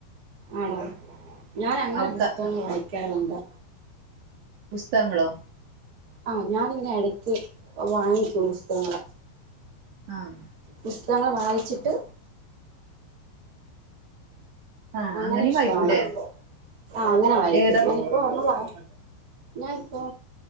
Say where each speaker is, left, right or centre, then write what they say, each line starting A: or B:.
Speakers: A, on the right; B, on the right.
A: ആണോ ഞാൻ അങ്ങനെ
B: അവിടുത്തെ
A: പുസ്തകങ്ങൾ വായിക്കാറുണ്ട്
B: പുസ്തകങ്ങളോ
A: ആഹ് ഞാനിങ്ങനെ ഇടയ്ക്ക് വാങ്ങിക്കും പുസ്തകങ്ങള്
B: ആഹ്
A: പുസ്തകങ്ങൾ വായിച്ചിട്ട്
B: ആഹ്
A: അങ്ങനെ
B: അങ്ങനെയും
A: ഇഷ്ടാണ്
B: വായിക്കൂല്ലേ
A: ആ അങ്ങനെ വായിക്കും
B: ഏതാപ്പ
A: ഞാനിപ്പോ ഒരണ്ണം വായി <inaudible> ഞാനിപ്പോ